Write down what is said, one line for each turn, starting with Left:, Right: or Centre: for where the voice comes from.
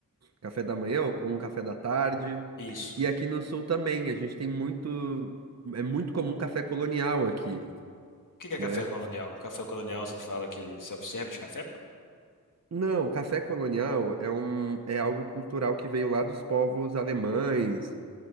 Right: Café da manhã ou ou um café da tarde.
Left: isso.
Right: E
Left: O
Right: aqui no sul também, a gente tem muito. É muito comum café colonial aqui,
Left: que que é
Right: né?
Left: café colonial? Café colonial, você fala aquele self-service de café?
Right: Não, café colonial é um, é algo cultural que veio lá dos povos alemães,